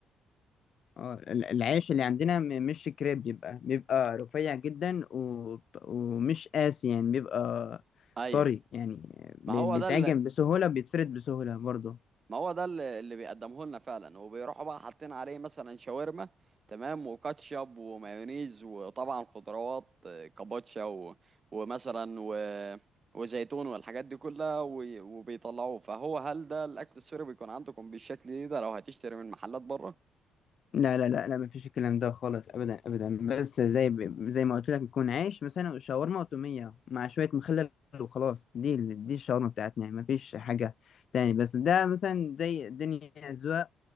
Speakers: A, on the left; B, on the right.
A: اه ال- العيش اللي عندنا م- مش كريب بيبقى بيبقى رفيع جدا و... ومش قاسي يعني بيبقى
B: أيوة
A: طري يعني ب-
B: ما هو
A: بيتعجن
B: ده
A: بسهولة بيتفرد بسهولة برضه
B: ما هو ده اللي اللي بيقدمه لنا فعلا وبيروحوا بقى حاطين عليه مثلا شاورما تمام وكاتشب ومايونيز وطبعا خضروات آه، كابوتشا و... ومثلا و... وزيتون والحاجات دي كلها و... وبيطلعوه فهو هل ده الاكل السوري بيكون عندكم بالشكل ده لو هتشتري من محلات بره
A: لا لا لا لا مفيش الكلام ده خالص أبدا أبدا بس زي زي ما قلت لك يكون عيش مثلا شاورما وتومية مع شوية مخلل وخلاص دي ال- دي الشاورما بتاعتنا يعني مفيش حاجة تاني بس ده مثلا زي الدنيا أذواق